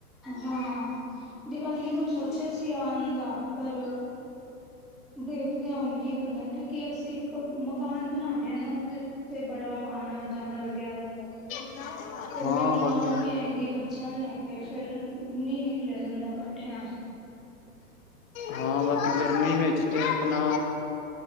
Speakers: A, in the centre; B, on the left.
A: ਹਾਂ, ਦੀਵਾਲੀ ਕੋਲ ਸੋਚੇਆ ਸੀ ਆਣ ਦਾ, ਪਰ ਦੇਖਦੇ ਆਂ ਹੁਣ ਕੀ ਬਨਦਾ। ਕਿਉਂਕਿ ਅਸ ਅਸੀਂ, ਇੱਕ ਮਕਾਨ ਬਨਾ ਰਏ ਆ ਨਾ, ਉਦੇ ਤੇ ਬੜਾ ਆਣਾ ਜਾਣਾ ਲੱਗੇਆ ਰੈੰਦਾ।
B: <unintelligible>
A: ਫੇਰ
B: ਹਾਂ
A: ਮੇਰੀ
B: ਬਾਕੀ
A: ਨਨਾਨ ਵੀ ਆਈ ਦੀ ਬੱਚੇਆਂ ਨੂੰ ਲੈ ਕੇ, ਫੇਰ ਨੀ ਨਿਕਲੇਆ ਜਾਂਦਾ ਇਕੱਠੇਆਂ।
B: ਹਾਂ, ਬਸ ਗਰਮੀ ਵਿੱਚ ਚ ਤੇ ਅਪਨਾ